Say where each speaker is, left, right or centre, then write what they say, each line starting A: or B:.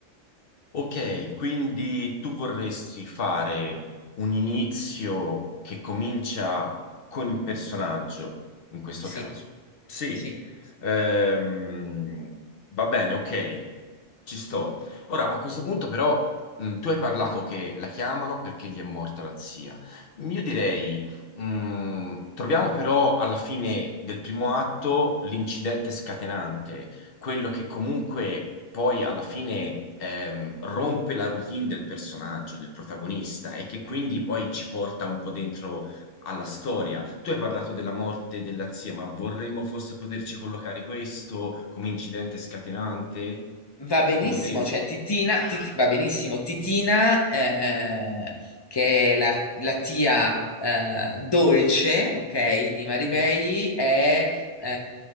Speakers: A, on the left; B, on the left.
A: Ok, quindi tu vorresti fare un inizio che comincia con il personaggio, in questo
B: Sì,
A: caso. Sì,
B: sì.
A: ehm, va bene, ok, ci sto. Ora, a questo punto però, mh, tu hai parlato che la chiamano perché gli è morta la zia. Io direi, mh, troviamo però alla fine del primo atto l'incidente scatenante quello che comunque poi alla fine ehm, rompe la routine del personaggio, del protagonista, e che quindi poi ci porta un po' dentro alla storia. Tu hai parlato della morte della zia, ma vorremmo forse poterci collocare questo come incidente scatenante,
B: Va
A: secondo
B: benissimo,
A: te?
B: cioè Titina, Titi- va benissimo, Titina, eh, che è la, la tia eh, dolce, ok, di Maribei, è, eh,